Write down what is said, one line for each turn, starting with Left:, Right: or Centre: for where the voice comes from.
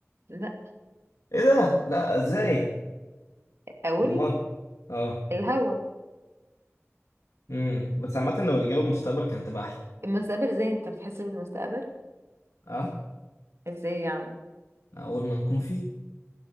Right: لا
Left: ايه ده لا ازاي
Right: اقول
Left: امال اه
Right: الهوا
Left: امم بس عامه لو الاجابه المستقبل كانت تبقى احلى
Right: المستقبل ازاي انت بتحس بالمستقبل
Left: اه
Right: ازاي يعني
Left: اول ما نكون فيه